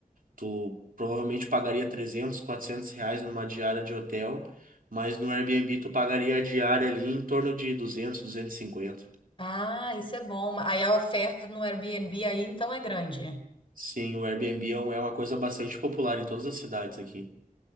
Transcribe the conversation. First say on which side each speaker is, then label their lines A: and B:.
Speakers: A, on the right; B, on the left.
A: Tu provavelmente pagaria 300, 400 reais numa diária de hotel, mas no Airbnb tu pagaria a diária ali em torno de duzentos, duzentos e cinquenta.
B: Ah, isso é bom. Aí a oferta no Airbnb aí então é grande.
A: Sim, o Airbnb é um- é uma coisa bastante popular em todas as cidades aqui.